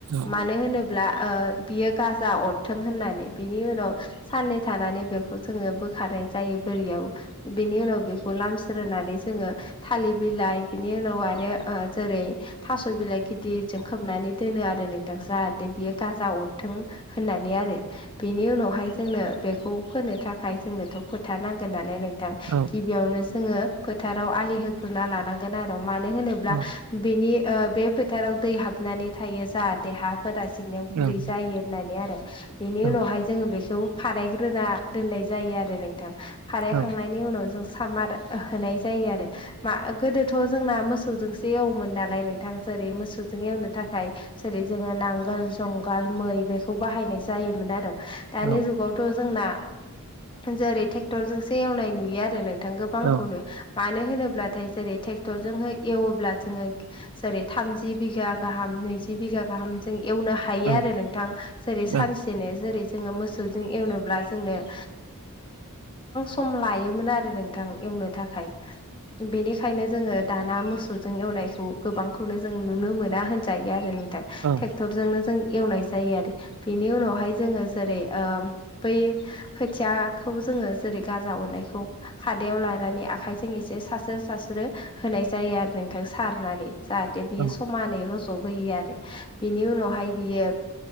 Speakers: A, on the right; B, on the left.
A: औ
B: मानो होनोब्ला ओ बियो गाजा अरथों होननानै बिनि उनाव साननै थानानै बेखौ जोङो बोखारनाय जायो बोरियाव बेनि उनाव बेखौ लाम रोंानै जोङो थालिर बिलाइ बिनि उनाव आरो ओ जेरै थास' बिलाइ गिदिरजों खोबनानै दोनो आरो नोंथां जा बियो गाजा अरथों होननानै आरो बेनि उनावहाय जोंनो बेखौ फोनो थाखाय जोंनोथ' फोथा नांगोन नालाय नो
A: औ
B: गिबियावनो जोङो फोथाराव आलि होग्रोना लानांगोन आरो मानो होनोब्ला
A: औ
B: बेनि बे फोथाराव दै हाबनानै थायो जाहाथे हाब फोरा सिंनायाव
A: ओं
B: गुरै जायो होननानै आरो बेनि
A: औ
B: उनावहाय जों बेखौ खारायग्रोना दोननाय जायो आरो नोंथां खारायखांनायनि
A: औ
B: उनाव जों सामार होनाय जायो आरो मा गोदोथ' जोंना मोसौजोंसो एवोमोन नालाय नों ां जेरै मोसौजों एवनो थाखाय थाय जेरै जोङो नांगोल जुंगाल मै बेखौ बाहायनाय जायोमोन आरो दानि
A: औ
B: जुगावथ' जोंना जेरै ट्रेक्टरजोंसो एवनाय नुयो आरो नों नथां गोबांखौनो
A: औ
B: मानो होनोब्लाथाय जेरै ट्रेक्टरजोंह एवोब्ला जोङो जेरै थामजि बिघा गाहाम नैजि बिघा गाहाम जों एवनो हायो
A: औ
B: आरो नोंथां जेरै सानसे
A: औ
B: ै जेरै ़ सम लायोमोन आरो नोंथां एवनो थाखाय बेनिखायनो जोङो दाना मोसौजों एवनायखौ गोबांखौनो जों नुनो मोना होनजायो आरो नोंथां ि
A: औ
B: डक्टरजोंनो जों एवनाय जायो आरो बेनि उनावहाय जोङो जेरै ओ बै खोथियाखौ जोङो जेरै गाजा अरनायखौ खादायाव लानानै आखायजों एसे सास्रो सास्रो होनाय जायो आरो नों थों सारनानै जाहाथे बियो
A: औ
B: समानै रज'बोयो आरो बिनि उनावहाय बियो